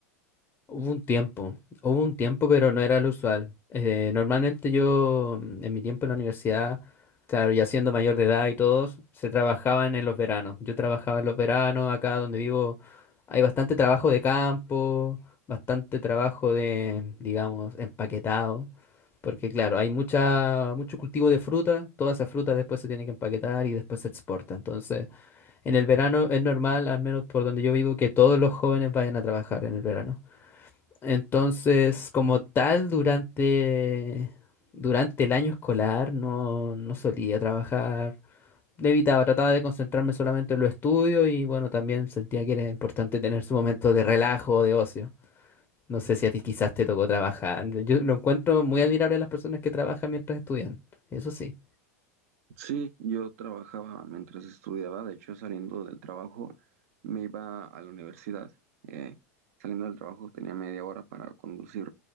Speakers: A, on the left; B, on the right.
A: Hubo un tiempo, hubo un tiempo, pero no era lo usual. Eh, normalmente yo, mm, en mi tiempo en la universidad, claro, ya siendo mayor de edad y todos, se trabajaban en los veranos. Yo trabajaba en los veranos, acá donde vivo hay bastante trabajo de campo, bastante trabajo de, digamos, empaquetado, porque claro, hay mucha, mucho cultivo de fruta, toda esa fruta después se tiene que empaquetar y después se exporta. Entonces, en el verano es normal, al menos por donde yo vivo, que todos los jóvenes vayan a trabajar en el verano. Entonces, como tal, durante, durante el año escolar no, no solía trabajar. Le Evitaba, trataba de concentrarme solamente en los estudios y bueno, también sentía que era importante tener su momento de relajo o de ocio. No sé si a ti quizás te tocó trabajar. Yo lo encuentro muy admirable a las personas que trabajan mientras estudian. Eso sí.
B: Sí, yo trabajaba mientras estudiaba, de hecho saliendo del trabajo me iba a la universidad. Eh, saliendo del trabajo tenía media hora para conducir